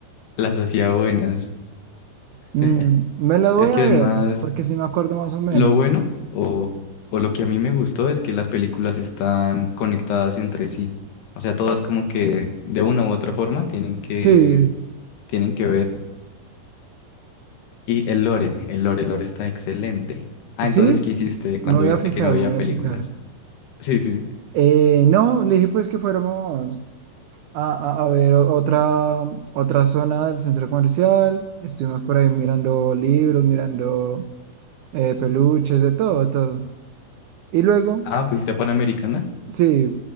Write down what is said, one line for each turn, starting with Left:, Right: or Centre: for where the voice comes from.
Left: las hacía buenas. <laughs>
Right: Mm, me las voy
Left: Es que
Right: a
Left: además,
Right: ver, porque sí me acuerdo más o menos.
Left: lo bueno o, o lo que a mí me gustó es que las películas están conectadas entre sí. O sea, todas como que de una u otra forma tienen que,
Right: Sí.
Left: tienen que ver. Y el lore, el lore, el lore está excelente. Ah,
Right: ¿Sí?
Left: entonces, ¿qué hiciste
Right: Me
Left: cuando
Right: voy
Left: viste
Right: a fijar,
Left: que no había
Right: me voy
Left: películas?
Right: a fijar.
Left: Sí, sí.
Right: Eh, no, le dije pues que fuéramos. A, a- a ver, o- otra, otra zona del centro comercial. Estuvimos por ahí mirando libros, mirando eh, peluches, de todo, de todo. Y luego,
Left: Ah, ¿fuiste a Panamericana?
Right: sí,